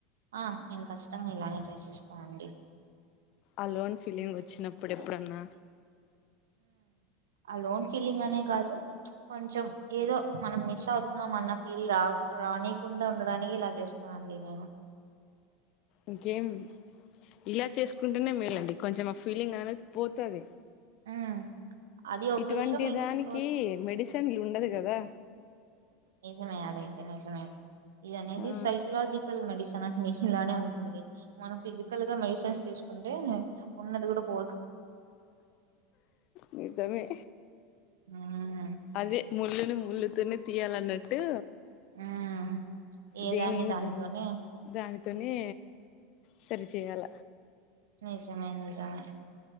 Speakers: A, on the right (about 80°); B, on the left (about 55°).
A: ఆ నేను కష్టంగా ఇలానే చూసిస్తానండి
B: అలోన్ ఫీలింగ్ వచ్చినప్పుడు ఎప్పుడన్నా
A: అలోన్ ఫీలింగ్ అనే కాదు కొంచెం ఏదో మనం మిస్ అవుతున్నాం అన్న ఫీల్ రా రానీకుండా ఉండడానికి ఇలా చేస్తున్నాం నంీ నేను <unintelligible>
B: ఇంకేం ఇలా చేసుకుంటేనే మేలండి కొంచెం ఆ ఫీలింగ్ అనేది పోతది
A: మ్మ్ అది ఒక
B: ఇటువంటి
A: విషయం ఇంకోటి
B: దానికి మెడిసిన్లు ఉండదు కదా
A: నిజమే అదైతే నిజమే ఇది అనేది
B: ఆ
A: సైకలాజికల్ మెడిసి మిషిన్లానే ఉంటుంది మనం ఫిజికల్ గా మెడిసిన్స్ తీసుకుంటే ఉన్నది కూడా పో
B: నిజమే
A: మ్మ్
B: అదే ముళ్ళుని ముళ్ళుతోనే తీయాలన్నట్టు
A: మ్మ్ ఏదాన్ని
B: దేనిమి
A: దానితోనే
B: దా దానితోనే సరిచేయాల
A: నిజమే నిజమే